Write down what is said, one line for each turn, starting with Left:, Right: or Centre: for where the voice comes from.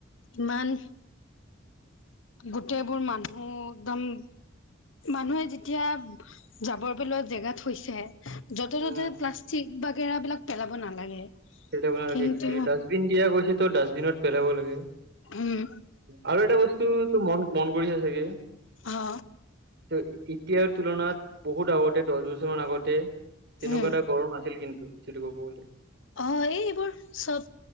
Left: ইমান গোটেইবোৰ মানুহ একদম মানুহে যেতিয়া যাবৰ পেলোৱা জেগা থৈছে য'তে
Right: উম
Left: ত'তে প্লাষ্টিক বাগেৰা বিলাক পেলাব নালাগে
Right: পেলাব নালাগে
Left: কিন্তু
Right: ডাষ্টবিন দিয়া গৈছেতো ডাষ্টবিনত পেলাব লাগে
Left: উম
Right: আৰু এটা বস্তু তো মন মন কৰিছে চাগে
Left: অ
Right: ত এতিয়াৰ তুলনাত বহুত আগতে দহ বছৰ মান আগতে তেনেকুৱা
Left: উম
Right: এটা গৰম আছিল কিন্তু সিটো কবলে
Left: অ এই এইবোৰ চব